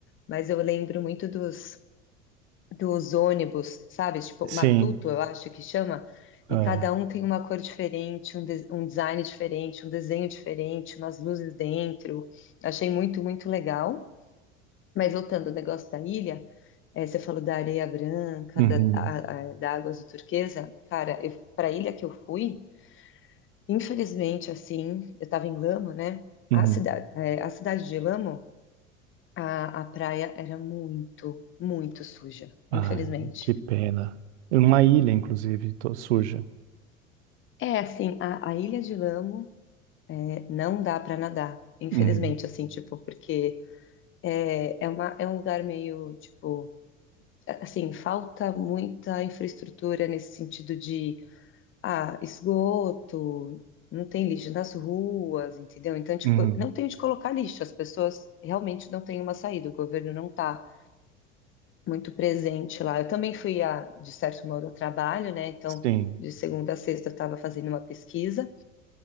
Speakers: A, on the left; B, on the right.
A: mas eu lembro muito dos dos ônibus, sabe? Tipo,
B: Sim,
A: Matuto, eu acho que chama. E
B: é.
A: cada um tem uma cor diferente, um, de- um design diferente, um desenho diferente, umas luzes dentro. Achei muito, muito legal. Mas voltando ao negócio da ilha, eh, você falou da areia branca,
B: Uhum,
A: da, a- a- da água azul turquesa. Cara, para a ilha que eu fui, infelizmente, assim, eu estava em Lamo, né?
B: uhum.
A: A cidade, eh, a cidade de Lamo, a, a praia era muito, muito suja,
B: Ah,
A: infelizmente.
B: que pena. Uma ilha, inclusive, to- suja.
A: É, assim, a, a Ilha de Lamo é, não dá para nadar, infelizmente,
B: Uhum,
A: assim, tipo, porque é, é, uma, é um lugar meio, tipo, a- assim, falta muita infraestrutura nesse sentido de, ah, esgoto, não tem lixo nas ruas, entendeu? Então, tipo,
B: uhum.
A: não tem onde colocar lixo, as pessoas realmente não têm uma saída, o governo não tá muito presente lá. Eu também fui, a, de certo modo, a trabalho, né, então,
B: Sim,
A: de segunda a sexta eu estava fazendo uma pesquisa,